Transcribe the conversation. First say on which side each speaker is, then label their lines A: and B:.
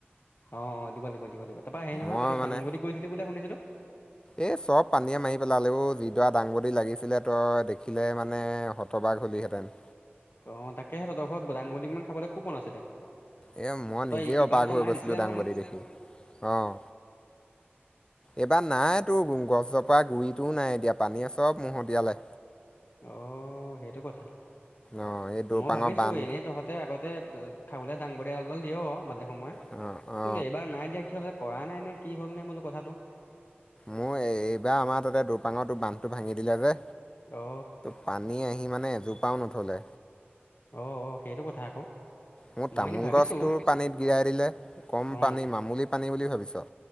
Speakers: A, on the left; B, on the left.
A: অ দিব লাগিব দিব লাগিবা তাপা হেৰি নহয়
B: মই মানে
A: দাংবদী বুলে কৰিছিলি বুলি শুনিছিলো
B: এই চব পানীয়ে মাৰি পেলালেও যিডৰা দাংবদী লাগিছিলে তই দেখিলে মানে তটবাক হলিহেঁতেন
A: অ তাকে সেই ততৰৰত দাম গদমান খাবলৈ খুব মন আছিলে
B: এই মই
A: তই
B: নিজেই
A: ইবাৰ
B: অবাগ
A: তই
B: হৈ
A: মায়ে
B: গৈছিলোঁ
A: দিছিলে
B: দাংবদী
A: নহয় মোক।
B: দেখি অঁ
A: <inaudible>
B: এইবাৰ নাই তোৰ গছজোপা গুৰিটোও নাই এতিয়া পানীয়ে চব মহতিয়ালে
A: অ সেইটো কথা
B: অ এই দৌপাঙৰ
A: মই ভাবিছো
B: বান্ধ
A: এনেই তহত তাতে আগতে খাবলৈ দাংবলডল দিয়ও মাজে সময়ে
B: অ অ
A: বোলো এবাৰ নাই দিয়া কি হল যে কৰা নাই নে কি হ'ল নে বোলো কথাটো
B: মোৰ এইবাৰ আমাৰ তাতে দুপাঙৰ বান্ধটো ভাঙি দিলে যে
A: অ
B: পানী আহি মানে এজোপাও নথলে
A: অ অ সেইটো কথা আকৌ
B: মোক
A: মই
B: তামোল
A: এনে ভাবিছো
B: গছটোৰ পানীত গিৰাই দিলে কম
A: অ
B: পানী মামুলি পানী বুলি ভাবিছ